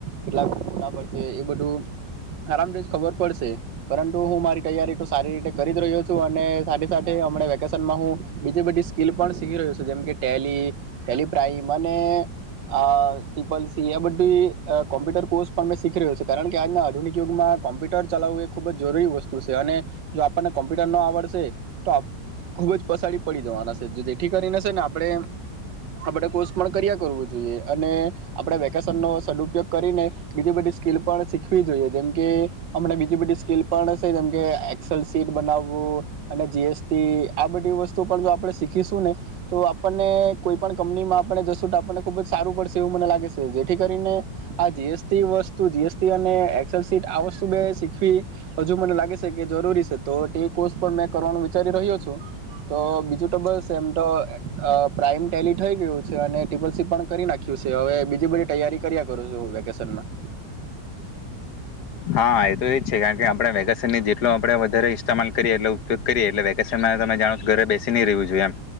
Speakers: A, on the right (about 80°); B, on the left (about 65°).
A: કેટલાક ખોટા પડશે એ બધું આરામથી જ ખબર પડશે પરંતુ હું મારી તૈયારી તો સારી રીતે કરી જ રહ્યો છું અને સા હું બીજી બધી સ્કીલ પણ શીખી રહ્યો છું જેમકે ટેલી ટેલિપ્રાઇમ અનેપલ આ બધી કોમ્પ્યુટર કોર્સ પણ શીખી રહ્યું છે કારણ કે આજના આધુનિક યુગમાં કોમ્પ્યુટર ચલાવવું એ ખુબ જરૂરી વસ્તુ છે અને જો આપણને કોમ્પ્યુટર ન આવડશે. તો ખુબ જ પસાડી પડી જવાના છે જેથી કરીને છે ને આપણે આપણે કોર્સ પણ કર્યા કરવું જોઈએ અને આપણે વેકેશન નો સદુપયોગ કરીને બીજી બધી સ્કીિલ પણ શીખવી જોઈએ જેમકે હમણાં બીજી બધી સ્કીલ પણ છે જેમકે એસેલ સીટ બનાવવું અને જી- આ બધી વસ્તુ પણ જો આપણે શીખીશું ને તો આપણને કોઈ પણ કંપનીમાં આપને જસટ આપણને ખુબ જ સારું પડશે એવું મને લાગે છે જેથી કરીને આ જીએસટી વસ્તુ જીએસટી અને એસેલ સીટ આ વસ્તુ મે શીખવી હજુ મને લાગે છે કે જરૂરી છે તો તે કોર્સ પણ મેં કરવાનું. <unintelligible> રહ્યો છું તો બીજું એમ તો પપ્રાઈમ ટેલી થઈ ગયું છે અને ટે પસી પણ કરી નાખ્યું છે હવે બીજી બધી તૈયારી કર્યા કરું છું વેકેશન માં.
B: હા એ તો એજ છે કારણ કે આપણે વેકેશનની જેટલો આપડે વધારે ઇસ્ટેમાલ કરીએ એટલે ઉપયોગ કરીએ એટલે વેકેશન તમે જાણો ઘરે બેસી ન ર રહેવું જોઈએ એમ